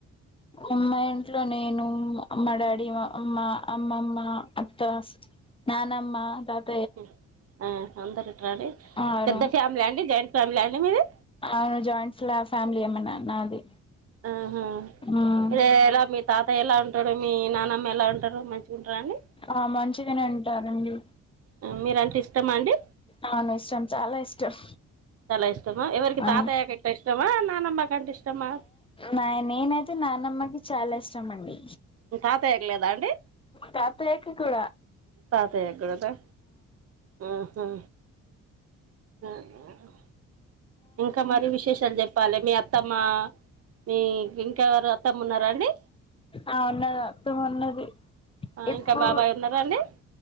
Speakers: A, on the left (about 20°); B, on the right (about 50°).
A: మ్ మ్మా ఇంట్లో నేను అమ్మ డాడీ మా అమ్మ అమ్మమ్మ అత్తాస్ నానమ్మ దర్
B: హ ఆ అందరూంట్రా అండి
A: అవును
B: పెద్ద ఫ్యామిలీ అండి జాయింట్ ఫ్యామిలీ అండి మీది
A: అవున్ జాయింట్ ఫ్లా ఫ్యామిలీ ఏ మా నాన్ నాది
B: ఆహ
A: మ్మ్
B: లేరా మీర్ తాత ఎలా ఉంటాడు మీ నానమ్మ ఎలా ఉంటరు మంచిగుంట్రఅండి
A: ఆ మంచిగానే ఉంటారండి
B: ఆ మీరంటే ఇస్టమ అండి
A: అవును ఇష్టం చాలా ఇష్టం
B: చాలా ఇష్టమా ఎవరికి
A: ఆ
B: తాతయ్య కంటే ఇష్టమా నానమ్మ కంటే ఇష్టమా
A: మైన్ నేనైతే నాన్నమ్మకి చాలా ఇష్టం అండి
B: మి తాతయ్య కి లేదా అండి
A: తాతయ్యకి కూడ
B: తాతయ్య క్కూడా నా ఉ హు ఆహా ఇంక మరి విశేషాల్ చెప్పాలె మీ అత్తమ్మ మీకింకెవరు అత్తమ్మున్నరా అండి
A: ఆ వున్నదా తుమున్నది
B: ఆ,
A: ఇప్పు
B: ఇంకా బాబాయ్ ఉన్నారా అండి